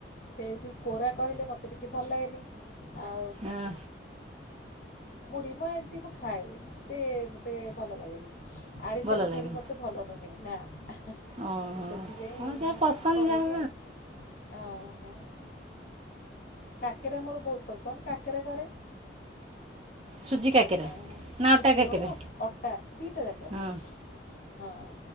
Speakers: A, on the left (about 45°); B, on the right (about 30°).
A: ସେ ଯୋଉ କୋରା କହିଲେ, ମତେ ଟିକେ ଭଲ ଲାଗେନି। ଆଉ,
B: ଅଁ,
A: ମୁଢି ମୂଆଁ ଏମିତି ମୁଁ ଖାଏ। ତେ ମତେ ଭଲ ଲାଗେନି। ଆରିସା
B: ଭଲ
A: ପିଠା
B: ଲାଗେ
A: ବି ମତେ ଭଲ ନୁହେଁ ନା। ସେଥିପାଇଁ
B: ଓହୋ ହଁ ଯାହା ପସନ୍ଦ
A: କରେନି
B: ଯାହା
A: ଆଉ। ହଁ ହଁ। କାକେରା ମୋର ବହୁତ ପସନ୍ଦ, କାକେରା କରେ।
B: ସୁଜି କାକେରା।
A: ଆ
B: ନା
A: ସୁଜି
B: ଅଟା କାକେରା
A: ହଉ ଅଟା ଦିଟା ଯାକ।
B: ହଁ
A: ହଁ।